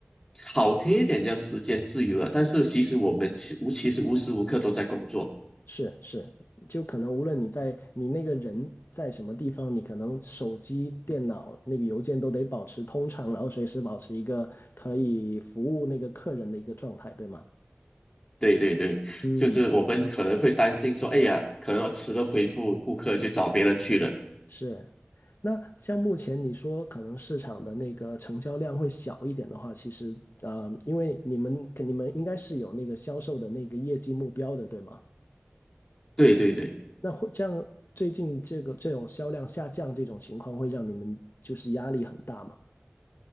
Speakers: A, on the left (about 20°); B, on the left (about 65°).
A: 好听一点叫时间自由了，但是其实我们其无其实无时无刻都在工作。
B: 是是，就可能无论你在你那个人在什么地方，你可能手机、电脑那个邮件都得保持通畅，然后随时保持一个可以服务那个客人的一个状态，对吗？
A: 对对对，
B: 嗯，
A: 就是我们可能会担心说，哎呀，可能迟了回复顾客，就找别人去了。
B: 是，那像目前你说可能市场的那个成交量会小一点的话，其实呃，因为你们你们应该是有那个销售的那个业绩目标的，对吗？
A: 对对对。
B: 那会这样，最近这个这种销量下降这种情况，会让你们就是压力很大嘛？